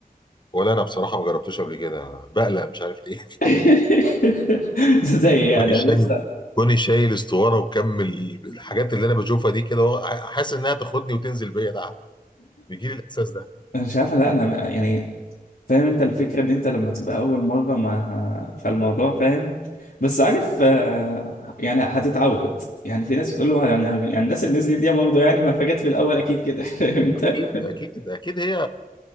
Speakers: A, on the left; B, on the left.
A: ولا انا بصراحه ما جربتوش قبل كده بقلق مش عارف ليه
B: <laughs> زي يعني
A: كوني شايل
B: لسه <laughs>
A: كوني شايل استواره وكمل الحاجات اللي انا بشوفها دي كده هو ح- حاسس انها تاخدني وتنزل بيا ده بيجي لي الاحساس ده
B: انا مش عارف لا انا يعني فاهم انت الفكره ان انت لما تبقى اول مره مع فالموضوع فاهم بس عارف
A: مم.
B: آه، يعني هتتعود يعني في ناس بتقول له يعني يعني الناس اللي نزلت دي برضه يعني ما فاجأت في الاول اكيد كده <laughs> فاهم انت
A: اكيد اكيد اكيد هي